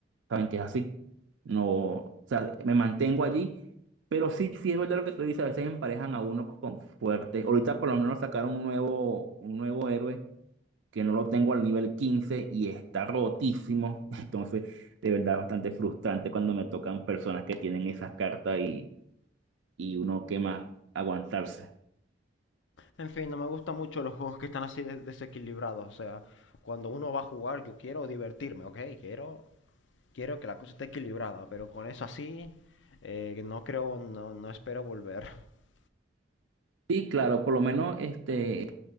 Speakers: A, on the right (about 75°); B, on the left (about 70°).
A: saben que es así. No, o sea, me mantengo allí, pero sí, sí es verdad lo que tú dices, a veces emparejan a uno con fuerte. Ahorita por lo menos sacaron un nuevo, un nuevo héroe que no lo tengo al nivel 15 y está rotísimo. <laughs> Entonces, de verdad es bastante frustrante cuando me tocan personas que tienen esas cartas y, y uno que más aguantarse.
B: En fin, no me gustan mucho los juegos que están así de- desequilibrados. O sea, cuando uno va a jugar, yo quiero divertirme, ¿ok? Quiero Quiero que la cosa esté equilibrada, pero con eso así, eh, no creo, no, no espero volver. <laughs>
A: Sí, claro, por lo menos este,